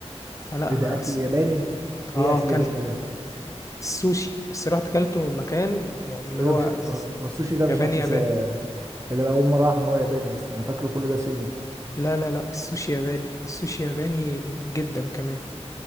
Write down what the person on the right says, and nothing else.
ايه ده
اكل
ياباني ايه
اكل
ياباني ده
ايه
ده مش
هو السوشي ده
مش اكل
س... إيه ده انا اول مره اعرف ان هو ياباني اصلا انا فاكره كل ده صيني